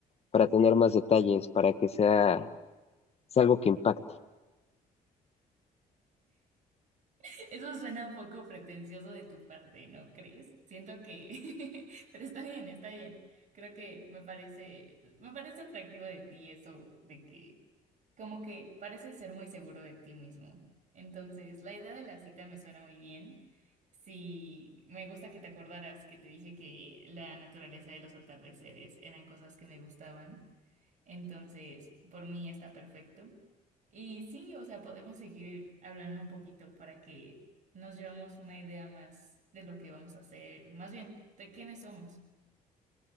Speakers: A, on the left; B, on the right.
A: para tener más detalles, para que sea, sea algo que impacte.
B: <laughs> Eso suena un poco pretencioso de tu parte, ¿no crees? Siento que, <laughs> pero está bien, está bien. Creo que me parece, me parece atractivo de ti eso de que, como que pareces ser muy seguro de ti mismo. Entonces, la idea de la cita me suena muy bien. Sí, me gusta que te acordaras que te dije que la naturaleza de los atardeceres eran cosas que me gustaban. Entonces, por mí está perfecto. Y sí, o sea, podemos seguir hablando un poquito para que nos llevemos una idea más de lo que vamos a hacer, más bien, de quiénes somos.